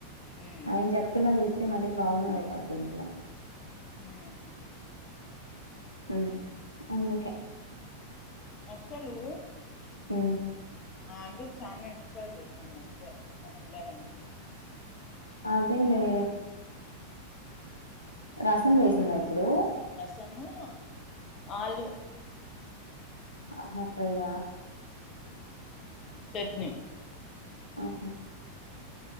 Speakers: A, on the left; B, on the left.
A: ఉమ్
B: ఆయనకీ చెప్పకున్నా చేస్తే మళ్ళీ ప్రాబ్లం అయిపోద్ది ఇంట్లో
A: అ
B: మ్ అందుకే
A: అసలు
B: ఆ
A: ఆ అంటే చాలా ఎక్స్రా చేసాము అంటే నా గుండాల అనిపించి
B: అదేలే రసం
A: అ
B: చేసిందా ఇప్పుడు
A: రసము ఆలు
B: అహ ప్రయ
A: చట్నీ
B: ఆఓహో